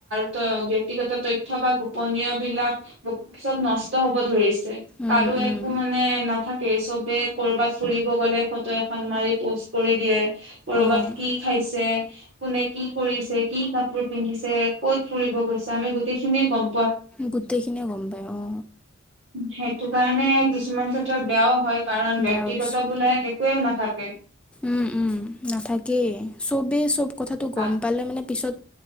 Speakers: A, on the right; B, in the centre.
A: ত ব্য়ক্তিগত তথ্য বা গোপনীয় বিলাক চব নষ্ট হব ধৰিছে
B: উম
A: কাৰো
B: উম
A: একো মানে নাথাকে চবে কৰবাত ফুৰিব গ'লে ফটো এখন মাৰি পোষ্ট কৰি দিয়ে কৰবাত
B: অঁ
A: কি খাইছে কোনে কি কৰিছে কি কাপোৰ পিন্ধিছে ক'ত ফুৰিব গৈছে আমি গোটেই খিনিয়ে ক'ম
B: গোটেইখিনিয়ে গম পায় অ
A: সেইটো কাৰণে কিছুমান ক্ষেত্ৰত বেয়াও হয় কাৰণ
B: বেয়া
A: ব্য়ক্তিগত
B: হৈছে
A: বোলে একোৱে নাথাকে
B: উম উম নাথাকেই চবেই চব কথাটো গম
A: আ
B: পালে মানে পিছত